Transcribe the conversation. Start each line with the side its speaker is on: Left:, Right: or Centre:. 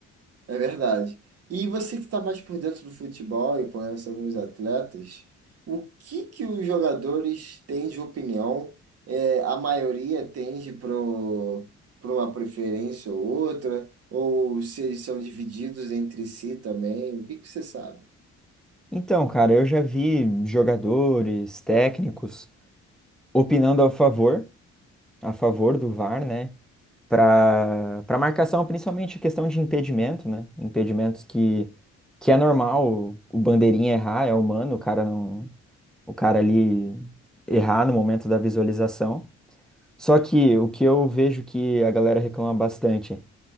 Right: É verdade. E você que está mais por dentro do futebol e conhece alguns atletas, o que que os jogadores têm de opinião? É, a maioria tende para uma preferência ou outra, ou se eles são divididos entre si também? O que que você sabe?
Centre: Então, cara, eu já vi jogadores, técnicos opinando a favor, a favor do VAR, né? para para marcação, principalmente a questão de impedimento, né? Impedimentos que que é normal o o bandeirinha errar, é humano, o cara não o cara ali errar no momento da visualização. Só que o que eu vejo que a galera reclama bastante,